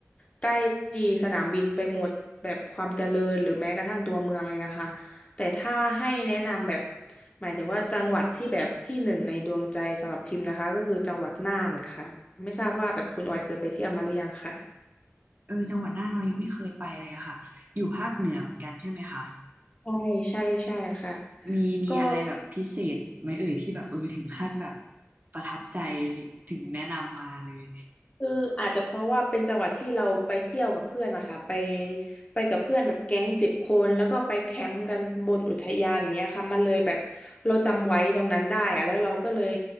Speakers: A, on the left (about 25°); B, on the right (about 40°).
A: ใกล้สนามบินไปหมดแบบความเจริญหรือแม้กระทั่งตัวเมืองเองอะค่ะ แต่ถ้าให้แนะนำแบบหมายถึงว่าจังหวัดที่แบบที่หนึ่งในดวงใจสำหรับพิมพ์นะคะก็คือจังหวัดน่านค่ะไม่ทราบว่าแบบคุณออยเคยไปเที่ยวมาหรือยังค่ะ
B: เออจังหวัดน่านเรายังไม่เคยไปเลยอะค่ะอยู่ภาคเหนือเหมือนกันใช่ไหมคะ
A: ใช่ใช่ใช่ค่ะ
B: มีมีอะไรแบบพิเศษไหมเอ่ยที่แบบเออถึงขั้นแบบ
A: ก็
B: ประทับใจถึงแนะนำมาเลย
A: คืออาจจะเพราะว่าเป็นจังหวัดที่เราไปเที่ยวกับเพื่อนนะคะไปไปกับเพื่อนแบบแก๊งสิบคนแล้วก็ไปแคมป์กันบนอุทยานอย่างเงี้ยค่ะมันเลยแบบเราจำไว้ตรงนั้นได้อะแล้วเราก็เลย